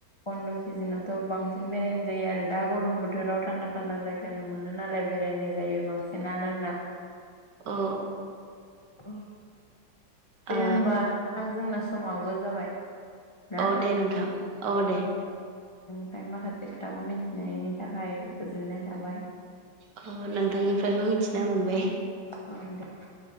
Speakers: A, on the left; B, on the right.
A: तान्दा सिजोनावथ' बांसिन बेरायनाय जायो आरो दा ग'रम बोथोराव थान्दा थान्दा जायगानो मोनो नालाय। बेरायनाय जायो बांसिनानो,
B: औ
A: <unintelligible> अ दे
B: ओ
A: होमबा नोंथां, जोंना समाबो जाबाय। ना
B: औ दे नोंथां औ दे।
A: ओमफ्राय माखासे खोथाखौ मिथि होनायनि थाखाय गोजोननाय थाबाय।
B: अ नोंथांनिफ्रायबो मिथिना मोनबाय
A: औ दे